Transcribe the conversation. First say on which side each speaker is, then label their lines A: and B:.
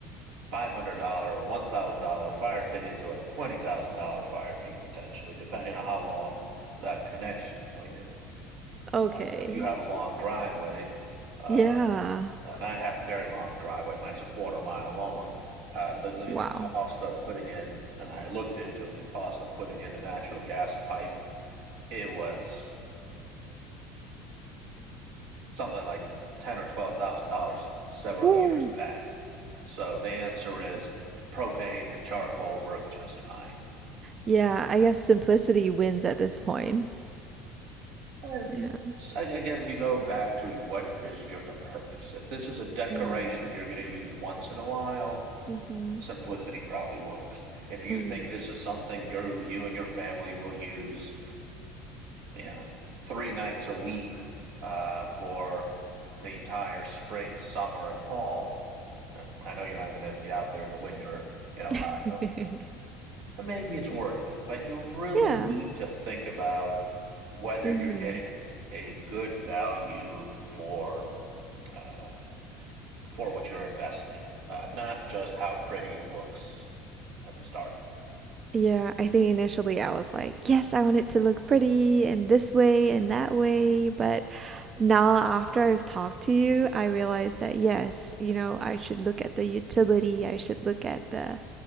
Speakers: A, on the right; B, on the right.
A: $500 or $1,000 fire pit into a $20,000 fire pit potentially, depending on how long that connection point is.
B: Okay.
A: Uh, so if you have a long driveway, uh,
B: Yeah.
A: and I have a very long driveway. Mine's a quarter mile long. Uh, the, I mean,
B: Wow.
A: the cost of putting in, and I looked into it, the cost of putting in a natural gas pipe, it was something like ten or twelve thousand dollars several
B: Woo.
A: years back. So the answer is propane and charcoal work just fine.
B: Yeah, I guess simplicity wins at this point.
A: Eh,
B: Yeah.
A: so I guess you go back to what is your the purpose. If this is a decoration
B: Mm.
A: you're going to use once in a while,
B: Mhm.
A: simplicity probably works. If you
B: Mm.
A: think this is something you you and your family will use, you know, three nights a week uh, for the entire spring, summer, and fall, uh, I know you're not going to be out there in the winter in Ohio.
B: <laughs>
A: Maybe it's worth it, but you really
B: Yeah.
A: need to think about whether
B: hmm
A: you're getting a good value for uh, for what you're investing, uh, not just how pretty it looks at the start.
B: Yeah, I think initially I was like, yes, I want it to look pretty and this way and that way, but now after I've talked to you, I realized that yes, you know, I should look at the utility, I should look at the